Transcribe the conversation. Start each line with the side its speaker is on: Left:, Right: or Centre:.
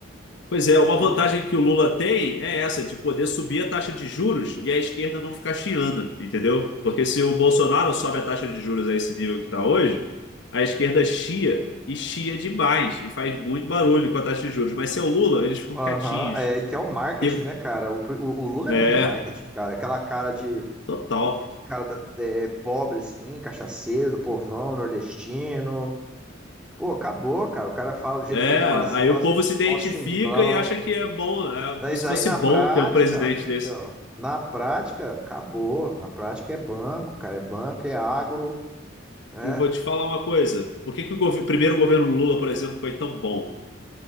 Left: Pois é, uma
Centre: E-
Left: vantagem que o Lula tem é essa, de poder subir a taxa de juros e a esquerda não ficar chiando, entendeu? Porque se o Bolsonaro sobe a taxa de juros a esse nível que está hoje, a esquerda chia e chia demais e faz muito barulho com a taxa de juros. Mas se é o Lula, eles ficam
Centre: Aham,
Left: quietinhos.
Centre: é, que é o marketing,
Left: E,
Centre: né, cara? O, pr- o, o Lula
Left: é,
Centre: é muito marketing, cara. Aquela cara de,
Left: total.
Centre: de, de cara da- é, pobre, assim, cachaceiro, do povão, nordestino. Pô, acabou, cara. O cara fala do jeito
Left: É,
Centre: que ele fala, assim,
Left: aí
Centre: mó,
Left: o povo se identifica
Centre: mó simplão.
Left: e acha que é bom, é
Centre: Mas
Left: como se
Centre: aí
Left: fosse
Centre: na prática,
Left: bom ter um presidente
Centre: então,
Left: desse.
Centre: na prática, acabou. Na prática é banco, cara. É banco, é agro, né?
Left: Eu vou te falar uma coisa. Por que que o gov- primeiro governo Lula, por exemplo, foi tão bom?